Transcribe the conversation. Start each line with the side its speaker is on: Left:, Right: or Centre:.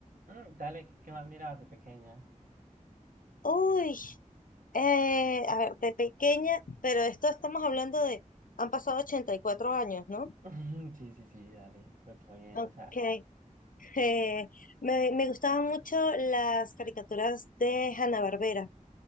Right: Mm, dale, ¿qué qué más mirabas de pequeña?
Left: Uy, eh, a ver, de pequeña, pero esto estamos hablando de, han pasado 84 años, ¿no?
Right: <laughs> Sí, sí, sí, dale, lo estoy bien,
Left: Okay.
Right: o sea,
Left: eh, me, me gustaban mucho las caricaturas de Hanna-Barbera.